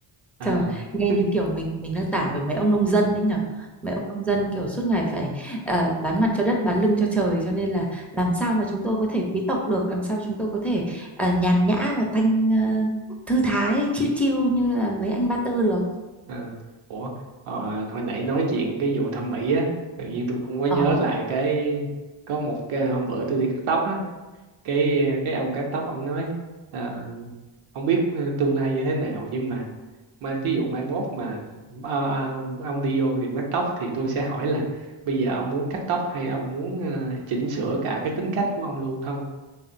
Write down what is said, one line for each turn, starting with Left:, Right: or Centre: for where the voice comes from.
Right: à
Centre: Trời, nghe
Right: <laughs>
Centre: như kiểu mình mình đang tả với mấy ông nông dân ấy nhở. Mấy ông nông dân kiểu suốt ngày phải ờ, bán mặt cho đất, bán lưng cho trời cho nên là làm sao mà chúng tôi có thể quý tộc được, làm sao chúng tôi có thể ờ, nhàn nhã và thanh ờ, thư thái chiêu chiêu như là mấy anh Ba Tư được.
Right: à. ủa ờ, hồi nãy nói chuyện cái vụ thẩm mỹ á tự nhiên tôi cũng có nhớ
Centre: Ờ,
Right: lại cái có một cái hôm bữa tôi đi cắt tóc á cái cái ông cắt tóc ông nói à, không biết ờ, tương lai như thế nào nhưng mà mai thí dụ mai mốt mà ờ, ờ, ông đi vô tiệm cắt tóc thì tôi sẽ hỏi là bây giờ ông muốn cắt tóc hay ông muốn ờ, chỉnh sửa cả cái tính cách của ông luôn không